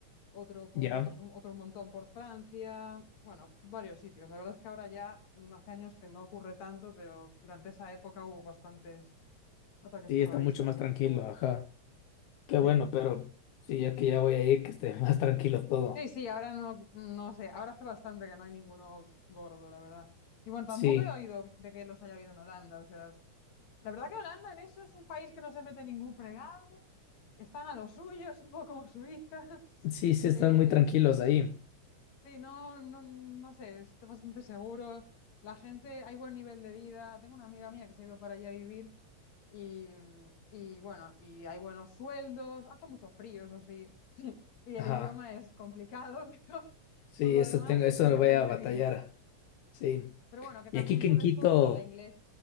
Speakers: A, on the left; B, on the left.
A: otro, po-
B: ya,
A: otros- otro montón por Francia, bueno, varios sitios. La verdad es que ahora ya mm, hace años que no ocurre tanto, pero durante esa época hubo bastantes ataques
B: sí,
A: terroristas,
B: está mucho más
A: así
B: tranquilo,
A: que bueno,
B: ajá. Qué
A: sí.
B: bueno, pero sí, ya que ya voy a ir, que esté <laughs> más tranquilo todo.
A: Sí, sí, ahora no, no sé, ahora hace bastante que no hay ninguno gordo, la verdad. Y bueno, tampoco
B: Sí,
A: he oído de que los haya habido en Holanda, o sea... La verdad que Holanda en eso es un país que no se mete ningún fregado, están a lo suyo, <laughs> es un poco como Suiza. <laughs>
B: sí, sí, están
A: Eh,
B: muy tranquilos ahí.
A: sí, no, no, no sé, está bastante seguro. La gente, hay buen nivel de vida. Tengo una amiga mía que se ha ido para allá a vivir y, y bueno, y hay buenos sueldos, hace mucho frío, eso sí, <laughs> sí y el
B: Ajá,
A: idioma es complicado, <laughs> pero
B: sí,
A: por lo
B: eso
A: demás
B: tengo, eso
A: creo
B: lo
A: que
B: voy
A: se
B: a
A: vive
B: batallar,
A: bien.
B: sí.
A: Pero bueno, que también
B: Y aquí que
A: puedes,
B: en Quito,
A: todo el mundo habla inglés,